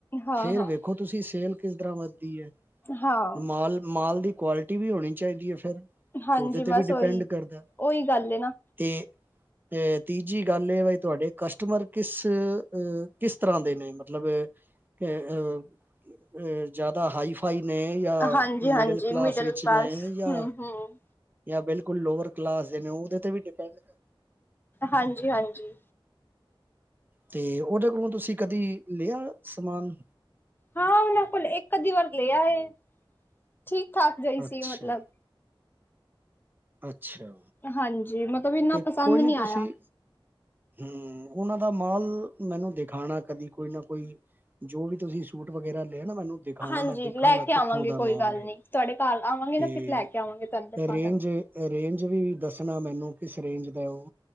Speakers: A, on the left (about 25°); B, on the right (about 20°).
A: ਹਾਂ
B: ਫੇਰ
A: ਹਾਂ
B: ਵੇਖੋ ਤੁਸੀ ਸੇਲ ਕਿਸ ਤਂਰਾ ਵੱਧਦੀ ਏ,
A: ਹਾਂ
B: ਮਾਲ-ਮਾਲ ਦੀ ਕੁਆਲਿਟੀ ਵੀ ਹੋਣੀ ਚਾਈਦੀ ਏ ਫੇਰ,
A: ਹਾਂਜੀ
B: ਓਦੇ ਤੇ
A: ਬਸ
B: ਵੀ ਡਿਪੈਂਡ
A: ਉਹੀ
B: ਕਰਦੈ।
A: ਉਹੀ ਗੱਲ ਹੈ ਨਾ
B: ਤੇ, ਅ ਤੀਜੀ ਗੱਲ ਏ ਵਈ ਤੂਆਡੇ ਕਸਟਮਰ ਕਿਸੱ ਅ ਕਿਸ ਤਰਾਂ ਦੇ ਨੇ ਮਤਲਬ ਅ ਅ ਅ ਅ ਜਾਦਾ ਹਾਈਫਾਈ ਨੇ ਯਾ
A: ਹਾਂਜੀ ਹਾਂਜੀ
B: ਮਿਡਲ ਕਲਾਸ ਵਿੱਚ
A: ਕਲਾਸ
B: ਨੇ ਯਾ
A: ਹਮ ਹਮ
B: ਯਾ ਬਿਲਕੁਲ ਲੋਅਰ ਕਲਾਸ ਦੇ ਨੇ ਓਦੇ ਤੇ ਵੀ ਡਿਪੈਂਡ
A: ਹਾਂਜੀ-ਹਾਂਜੀ।
B: ਤੇ ਓਦੇ ਕੋਲੋਂ ਤੂਸੀ ਕਦੀ ਲੇਆ ਸਮਾਨ?
A: ਹਾਂ, ਉਨਾਂ ਕੋਲ ਇਕ ਅੱਧੀ ਵਾਰ ਲੇਆ ਏ, ਠੀਕ-ਠਾਕ ਜਾ ਈ
B: ਅੱਛਾ
A: ਸੀ ਮਤਲਬ।
B: ਅੱਛਾ।
A: ਹਾਂਜੀ, ਮਤਲਬ ਇੰਨਾ
B: ਤੇ
A: ਪਸੰਦ
B: ਕੋਈ
A: ਨੀ ਆਏਆ।
B: ਤੁਸੀਂ ਹੂੰ, ਓਨਾਂ ਦਾ ਮਾਲ ਮੈਨੂੰ ਦਿਖਾਣਾ ਕਦੀ ਕੋਈ ਨਾ ਕੋਈ ਜੋ ਵੀ ਤੂਸੀ ਸੂਟ ਵਗੈਰਾ ਲੇਆ ਨਾ ਮੈਨੂੰ ਦਿਖਾਣਾ,
A: ਹਾਂਜੀ
B: ਮੈਂ ਦੇਖਾਂਗਾ
A: ਲੈ ਕੇ
B: ਕਿੱਥੋਂ
A: ਆਵਾਂਗੇ
B: ਦਾ
A: ਕੋਈ
B: ਮਾਲ
A: ਗੱਲ
B: ਹੈ,
A: ਨੀ ਤੁਹਾਡੇ ਘਰ ਆਵਾਂਗੇ
B: ਤੇ
A: ਨਾ ਫਿਰ ਲੈ ਕੇ ਆਵਾਂਗੇ ਤੁਹਾਨੂੰ ਦਿਖਾ
B: ਰੇਂਜ
A: ਦਾਂਗੇ
B: ਤੇ ਰੇਂਜ ਵੀ ਦੱਸਣਾ ਮੈਨੂੰ ਕਿਸ ਰੇਂਜ ਦਾ ਏ ਉ।